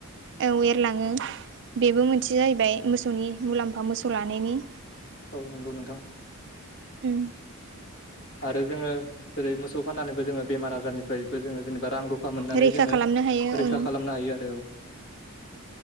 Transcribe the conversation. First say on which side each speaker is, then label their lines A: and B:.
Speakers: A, on the right; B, on the left.
A: औ एरलाङो बेबो मोनसे जाहैबाय मोसौनि मुलाम्फा मोसौ लानायनि
B: औ नंगौ नोंथां।
A: उम
B: आरो जोङो जेरै मोसौ फाननानैबो जोङो बेमार आजारनिफ्रायबो जोङो जेनेबा रां रुफ फा मोननानै
A: रैखा
B: जोङो
A: खालामनो हायो
B: रैखा
A: ओं
B: खालामनो हायो आरो औ।